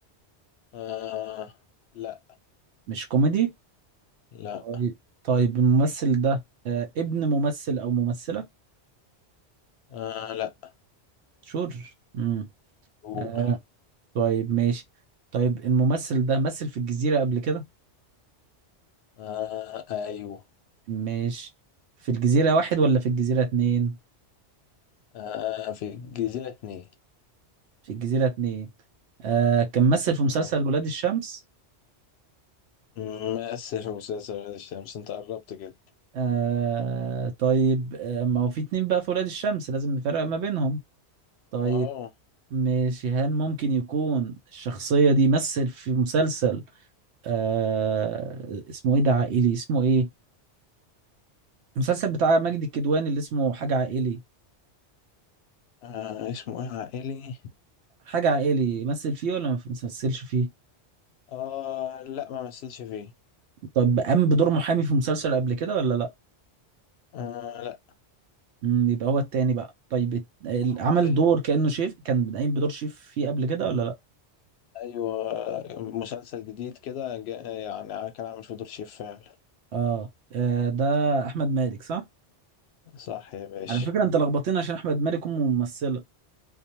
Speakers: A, on the left; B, on the right.
A: آه لا
B: مش كوميدي
A: لا
B: طيب طيب الممثل ده آه ابن ممثل او ممثلة
A: آه لا
B: شور امم
A: دور
B: آه طيب ماشي طيب الممثل ده مثل في الجزيرة قبل كده
A: آه أيوه
B: ماشي في الجزيرة واحد ولا في الجزيرة اتنين
A: آه في الجزيرة اتنين
B: في الجزيرة اتنين آه كان مثل في مسلسل
A: آه
B: ولاد الشمس
A: ممثل في مسلسل غير الشمس انت قربت كده
B: آه طيب آه ما هو في اتنين بقى في ولاد الشمس لازم نفرق ما بينهم طيب
A: اه
B: ماشي هل ممكن يكون الشخصية دي مثل في مسلسل آه اسمه ايه ده عائلي اسمه ايه المسلسل بتاع ماجد الكدواني اللي اسمه حاجة عائلي
A: آه، اسمه ايه عائلي
B: حاجة عائلي مثل فيه ولا ما مثلش فيه
A: اه لا ما مثلش فيه
B: طب قام بدور محامي في مسلسل قبل كده ولا لا
A: آه لا
B: مم، يبقى هو التاني بقى طيب الت- ال-
A: هو
B: عمل
A: التاني
B: دور كأنه شيف كان قايم بدور شيف فيه قبل كده ولا لا
A: ايوه مسلسل جديد كده جا- يعني كان عامل فيه دور شيف فعلا
B: اه آه، ده احمد مالك صح
A: صح يا باشا
B: على فكرة انت لخبطتني عشان احمد مالك امه ممثلة